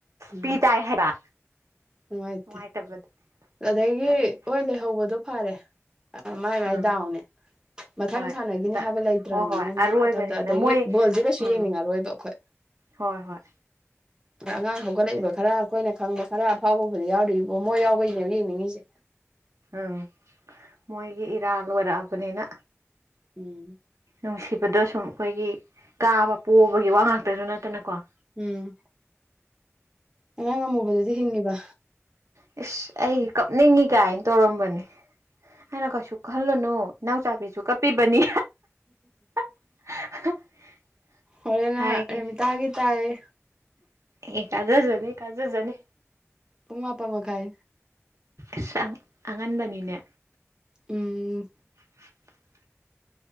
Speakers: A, on the right; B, on the right.
A: ꯎꯝ
B: ꯄꯤ ꯇꯥꯏ ꯍꯥꯏꯕ
A: ꯅꯨꯡꯉꯥꯏꯇꯦ
B: ꯅꯨꯡꯉꯥꯏꯇꯕꯗꯣ
A: ꯑꯗꯒꯤ
B: ꯀꯔꯤ
A: ꯍꯣꯏ ꯂꯩꯍꯧꯕꯗꯣ ꯐꯔꯦ ꯑ ꯃꯥꯏ ꯃꯥꯏ
B: ꯎꯝ
A: ꯗꯥꯎꯅꯦ ꯃꯊꯪ
B: ꯍꯣꯏ
A: ꯁꯥꯟꯅꯒꯤꯅꯤ
B: ꯑꯗ
A: ꯍꯥꯏꯕ ꯂꯩꯇ꯭ꯔꯝꯅꯤꯅ
B: ꯍꯣꯏ ꯍꯣꯏ
A: ꯅꯨꯡꯉꯥꯏꯇꯕꯗ
B: ꯑꯔꯣꯏꯕꯅꯤꯅ
A: ꯑꯗꯒꯤ
B: ꯃꯣꯏ
A: ꯕꯣꯜꯁꯦ ꯀꯩꯁꯨ
B: ꯎꯝ
A: ꯌꯦꯡꯅꯤꯡꯉꯔꯣꯏꯕ ꯑꯩꯈꯣꯏ
B: ꯍꯣꯏ ꯍꯣꯏ
A: ꯑ ꯑꯉꯥꯡ ꯍꯧꯒꯠꯂꯛꯏꯕ
B: ꯑꯗ
A: ꯈꯔ ꯑꯩꯈꯣꯏꯅ ꯈꯪꯕ ꯈꯔ ꯑꯐꯥꯎꯕꯕꯨꯗ ꯌꯥꯎꯔꯤꯕꯣ ꯃꯣꯏ ꯌꯥꯎꯕꯩꯅꯦꯕ ꯌꯦꯡꯅꯤꯡꯉꯤꯁꯦ
B: ꯎꯝ ꯃꯣꯏꯒꯤ ꯏꯔꯥꯜ ꯂꯣꯏꯔꯛꯑꯕꯅꯤꯅ
A: ꯎꯝ
B: ꯅꯨꯡꯁꯤꯕꯗꯣ ꯁꯨꯝ ꯑꯩꯈꯣꯏꯒꯤ ꯀꯥꯕ ꯄꯣꯕꯒꯤ ꯋꯥ ꯉꯥꯛꯇꯁꯨ ꯅꯠꯇꯅꯀꯣ
A: ꯎꯝ ꯑꯉꯥꯡ ꯑꯃꯃꯨꯕꯗꯨꯗꯤ ꯍꯤꯡꯉꯤꯕ
B: ꯏꯁ ꯑꯩ ꯀꯞꯅꯤꯡꯉꯤ ꯀꯥꯏꯅ ꯇꯧꯔꯝꯕꯅꯦ ꯑꯩꯅ ꯀꯩꯁꯨ ꯈꯜꯂꯨꯅꯨ ꯅꯅꯥꯎꯆꯥꯕꯤꯁꯨ ꯀꯞꯄꯤꯕꯅꯤ <unintelligible>
A: ꯍꯣꯔꯦꯅ
B: ꯍꯥꯏꯒꯤ
A: ꯔꯃꯤꯇꯥꯒꯤ ꯇꯥꯏꯌ‌ꯦ
B: ꯑꯦ ꯀꯥꯖꯖꯅꯤ ꯀꯥꯖꯖꯅꯤ
A: ꯄꯨꯡ ꯃꯥꯄꯟ ꯃꯈꯥꯏ
B: ꯏꯁ ꯑꯝ ꯑꯉꯟꯕꯅꯤꯅꯦ
A: ꯎꯝ
B: <inaudible>